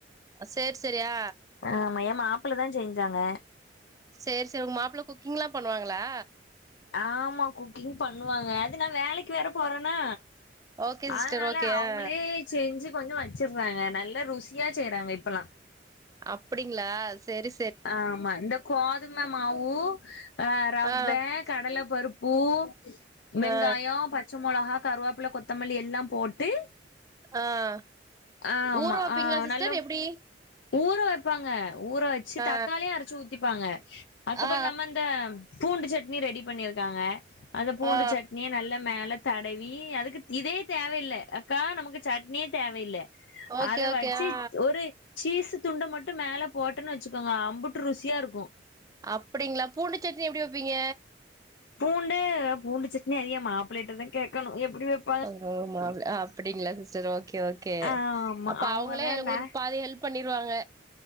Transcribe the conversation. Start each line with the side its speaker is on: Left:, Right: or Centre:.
Right: அ செரி செரியா
Left: ஆமா ஏ மாப்பிள தா செஞ்சாங்க.
Right: செரி செரி உங்க மாப்பிள்ள குக்கிங்ல்லா பண்ணுவாங்களா!
Left: ஆமா குக்கிங் பண்ணுவாங்க அது நா வேலக்கு வேற போறேன்னா.
Right: ஓகே சிஸ்டர்
Left: அதனால
Right: ஓகே
Left: அவுங்களே
Right: ஆ
Left: செஞ்சு கொஞ்சோ வச்சடுறாங்க நல்லா ருசியா செய்யறாங்க இப்பல்லா
Right: அப்டிங்களா செரி
Left: ஆமா இந்த கோதும மாவு ஆ ரவ்வே
Right: ஆ
Left: கடல பருப்பு வெங்காயோ
Right: ஆ
Left: பச் சமெளகா, கருவோப்பில, கொத்தமல்லி எல்லா போட்டு
Right: ஆ
Left: ஆமா
Right: ஊற வப்பீங்களா
Left: ஆ
Right: சிஸ்டர்
Left: நல்ல
Right: எப்டி
Left: ஊற வைப்பாங்க ஊற வச்சு
Right: ஆ
Left: தக்காளியு அரைச்சு ஊத்திப்பாங்க அதுக்கப்பறோ
Right: ஆ
Left: நம்ம இந்த பூண்டு சட்னி ரெடி பண்ணியிருக்காங்க அந்த பூண்டு
Right: ஆ
Left: சட்னிய நல்ல மேல தடவி அதுக்கு இதே தேவயில்ல அக்கா நமக்கு சட்னியே தேவயில்ல.
Right: ஓகே
Left: அத
Right: ஓகே
Left: வச்சு
Right: ஆ
Left: ஒரு சீஸ்ஸு துண்ட மட்டு மேல போட்டேன்னு வச்சுக்கோங்க அம்புட்டு ருசியா இருக்கு
Right: அப்டிங்களா பூண்டு சட்னி எப்டி வைப்பீங்க?
Left: பூண்டு பூண்டு சட்னி அத என் மாப்பிளைட்ட தான் கேட்கணும் எப்டி வப்
Right: பாரு மா‌ப் அப்டிங்களா சிஸ்டர் ஓகே ஓகே
Left: ஆமா
Right: அப்ப
Left: அவங்கதான்
Right: அவுங்களே உங்களுக்கு
Left: நா
Right: பாதி ஹெல்ப் பண்ணிருவாங்க.